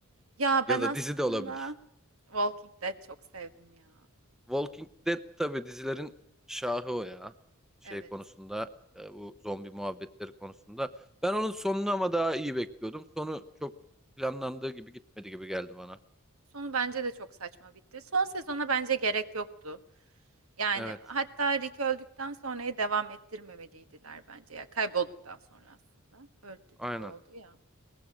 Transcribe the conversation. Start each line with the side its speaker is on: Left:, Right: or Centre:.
Right: Ya
Centre: Ya
Right: ben aslında
Centre: da dizi de olabilir.
Right: Walking Dead çok sevdim ya.
Centre: Walking Dead tabii dizilerin şahı o ya. Şey
Right: Evet.
Centre: konusunda e, bu zombi muhabbetleri konusunda. Ben onun sonunu ama daha iyi bekliyordum. Sonu çok planlandığı gibi gitmedi gibi geldi bana.
Right: Sonu bence de çok saçma bitti. Son sezona bence gerek yoktu. Yani
Centre: Evet,
Right: hatta Rick öldükten sonrayı devam ettirmemeliydiler bence ya. Kaybolduktan sonra aslında. Öldü
Centre: aynen.
Right: gibi oldu ya.